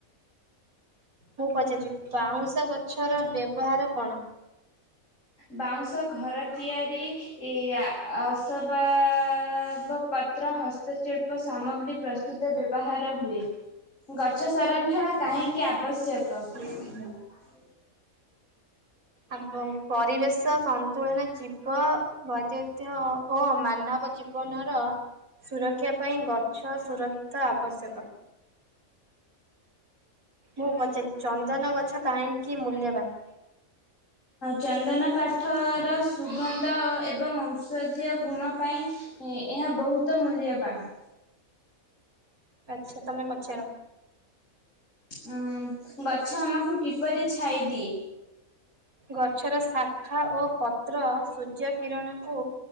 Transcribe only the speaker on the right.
ମୁଁ ପଚାରୁଛି ବାଉଁଶ ଗଛର ବ୍ୟବହାର କଣ?
ହୁଁ ହ <inaudible>
ଏବଂ ପରିବେଶ ସନ୍ତୁଳନ ଜୀବ ବୈଦତ୍ୟ ଓ ମାନବ ଜୀବନର ସୁରକ୍ଷା ପାଇଁ ଗଛ ସୁରକ୍ଷିତ ଆବଶ୍ୟକ। ମୁଁ ପଚାରିବି, ଚନ୍ଦନ ଗଛ କାହିଁକି ମୂଲ୍ୟବାନ?
ଆଛା ତମେ ପଚାର।
ଗଛର ଶାଖା ଓ ପତ୍ର ସୂର୍ଯ୍ୟ କିରଣକୁ